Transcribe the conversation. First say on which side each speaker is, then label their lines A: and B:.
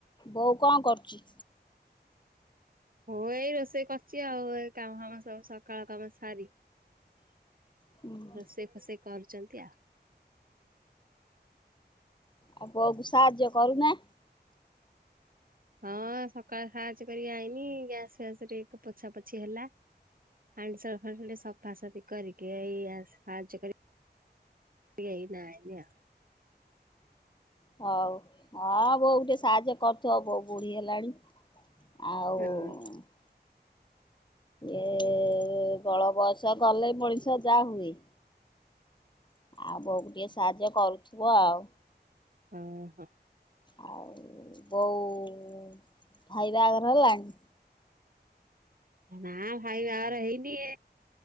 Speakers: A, on the left; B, on the right.
A: ବୋଉ କଣ କରୁଛି?
B: ବୋଉ ଏଇ ରୋଷେଇ କରିଛି ଆଉ ଏ କାମ ଫାମ ସବୁ ସକାଳ କାମ ସାରି
A: ହୁଁ
B: ରୋଷେଇ ଫୋଷେଇ କରୁଛନ୍ତି ଆ।
A: ଆଉ ବୋଉକୁ ସାହାଯ୍ୟ କରୁନା?
B: ହଁ-ଅ-ଅ ସକାଳ ସାହାଯ୍ୟ କରି ଆଇନି ଗ୍ୟାସ ଫ୍ୟାସ ଟିକେ ପୋଛା ପୋଛି ହେଲା। ହାଣ୍ଡିଶାଳ ଫା <unintelligible> ସଫାସଫି କରିକି ଏଇ ଆସ୍ ସାହାଯ୍ୟ କରି ଏଇନା ଆଇନିଆ
A: ହଉ ଅ-ଅ ବୋଉ ଟିକେ ସାହାଯ୍ୟ କରୁଥିବ ବୋଉ ବୁଢୀ ହେଲାଣି। ଆଉ-ଉ-ଉ
B: ହଁ
A: ଏ-ଏ-ଏ ବଳବୟସ ଗଲେ ମଣିଷ ଯାହା ହୁଏ। ଆଉ ବୋଉ ଟିକେ ସାହାଯ୍ୟ କରୁଥିବ ଆଉ।
B: ହଁ ହଁ।
A: ଆଉ-ଉ-ଉ ବୋଉ-ଉ-ଉ-ଉ ଭାଇ ବାଆଗର ହେଲାଣି?
B: ନା ଭାଇ ବାହାଘର ହେଇନି